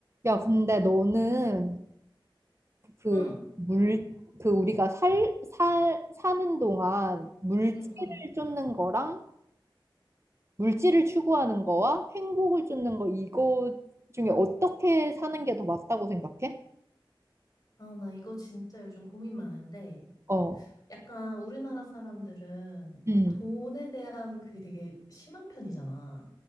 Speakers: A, on the right; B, on the left.
A: 야, 근데 너는 그
B: 응,
A: 물, 그 우리가 살, 살, 사는 동안 물질을
B: 응, 응.
A: 쫓는 거랑 물질을 추구하는 거와 행복을 쫓는 거 이거 중에 어떻게 사는 게 더 맞다고 생각해?
B: 아, 나 이거 진짜 요즘 고민 많은데,
A: 어,
B: 약간 우리나라 사람들은
A: 음.
B: 돈에 대한 그게 되게 심한 편이잖아.